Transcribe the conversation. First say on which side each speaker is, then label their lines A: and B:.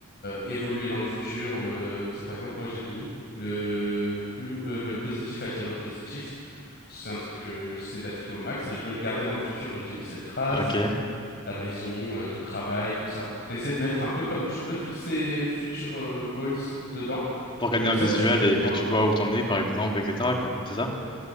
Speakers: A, on the left; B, on the left.
A: évoluer dans le futur en mode euh, tu sais par exemple, moi j'ai mis Le, plus, euh, le positif attire le positif, parce que c'est un truc que j'essaie d'appliquer au max et je veux le garder dans le futur, donc j'ai mis cette phrase
B: Ok.
A: ta maison, euh, ton travail, tout ça. Essaie de mettre un peu comme tu veux tous ces futurs euh, goals dedans.
B: Pour gagner
A: Comme
B: un
A: ça,
B: visuel
A: tu le
B: et puis
A: vois.
B: tu vois où t'en es, par exemple, etc. quoi. C'est ça?